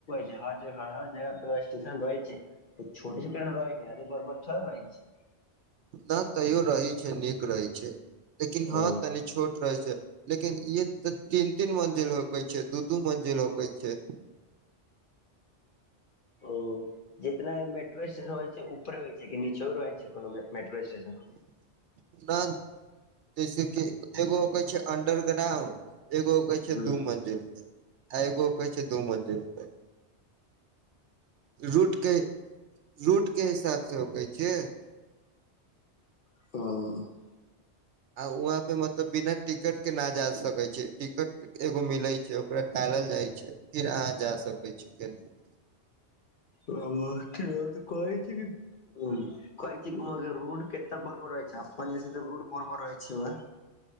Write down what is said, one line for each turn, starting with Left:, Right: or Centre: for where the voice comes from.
Left: ज हर - हर जगह पर एगो स्टेशन रहै छै छोटे - छोटे नऽ रहे छै अयते बड़ - बड़ थोयरे रहै छै
Right: नऽ तैयो रहै छै नीक रहै छै लेकिन
Left: छै
Right: हँ तनि छोट रहै छै लेकिन ईय तऽ तीन - तीन मंजिल होकय छै दू - दू मंजिल होकय छै
Left: ओ जितना ई मेट्रो स्टेशन होइ छै ऊपरे होइ छै कि नीचे रहै छै कोनो में मेट्रो स्टेशन
Right: <unintelligible> जैसे की एगो कहै छै अंडरग्राउंड एगो एगो
Left: हूँ
Right: दू मंजिल पे आ एगो कहै छै दू मंजिल पे रूटके रूटके हिसाबसँ होयके छियै
Left: <unintelligible>
Right: आ वहाँ पे मतलब बिना टिकट कऽ नऽ जा सकै छै टिकट एगो मिलै छै ओकरा डालल जाइ छै फिर अहाँ जा सकै छी केनहूं
Left: ओ <unintelligible> कहै छै कि उ कही छी <unintelligible> रोड कते बड़ - बड़ रहै छै अप्पन <unintelligible> त रोड बड़ - बड़ रहइ छै व